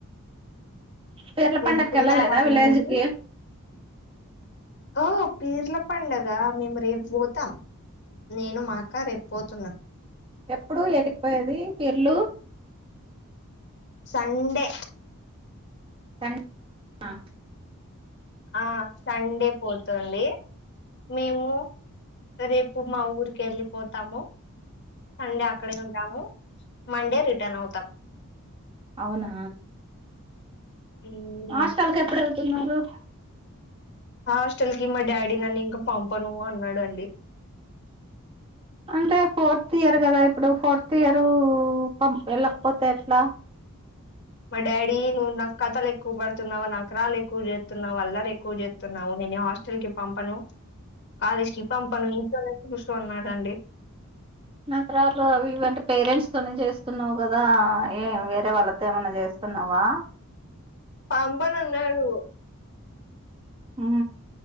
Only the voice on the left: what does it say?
మీరు
తిన్నారా
అండి ఓ పీర్ల పండగ మేము రేపు పోతాం నేను మాకా రేపు పోతున్నా
సండే
ఆ సండే పోతుంది మేము రేపు మా ఊరికి వెళ్ళిపోతాము సండే అక్కడే ఉంటాము మండే రిటర్న్ అవుతాం
మ్మ్.
హాస్టల్ కి మా డాడీ నన్ను ఇంకా పంపను అన్నాడండి
మా డాడీ నువ్వు నక్ కథలు ఎక్కువ పడుతున్నావు నకరాలు ఎక్కువ చేస్తున్నావు అల్లరేక్కువ చే తున్నావ్ నేను హాస్టల్ కి పంపను కాలేజ్ కి పంపను ఇంట్లోనే కూసో అన్నాడండి
పాంబనన్నాడు